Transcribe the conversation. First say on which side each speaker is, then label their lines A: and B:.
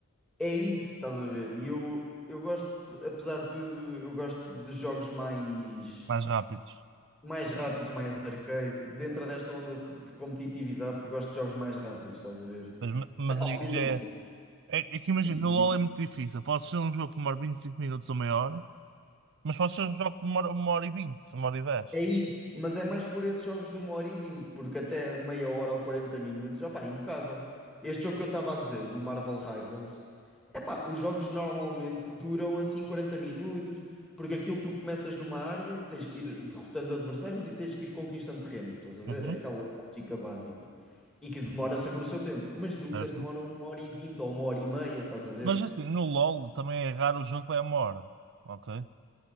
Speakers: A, in the centre; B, on the right.
A: é isso, estás a ver? E eu, eu gosto, de- apesar de tudo, eu gosto de jogos mais,
B: Mais rápidos.
A: mais rápidos, mais arcade. Dentro desta onda de de competitividade, gosto de jogos mais rápidos, estás a ver?
B: Mas, mas
A: Pá,
B: aí
A: Por exemplo,
B: já é, é. é que imagina,
A: sim,
B: no LoL é muito difícil. Pode ser um jogo que demora 25 minutos ou meia hora, mas pode ser um jogo que demora uma hora e vinte uma hora e dez
A: é isso, mas é mais por esses jogos de uma hora e vinte, porque até meia hora ou 40 minutos, opá, é impecável. Este jogo que eu estava a dizer, do Marvel Rivals, é pá, os jogos normalmente duram assim 40 minutos, porque aquilo tu começas numa área, tens que ir derrotando adversários e tens que ir conquistando terreno, estás a ver?
B: Uhum,
A: É aquela lógica básica. E que demora sempre o seu tempo, mas nunca
B: certo.
A: demora uma hora e vinte ou uma hora e meia, estás a ver?
B: Mas assim, no LoL também é raro o jogo que é uma hora. Ok?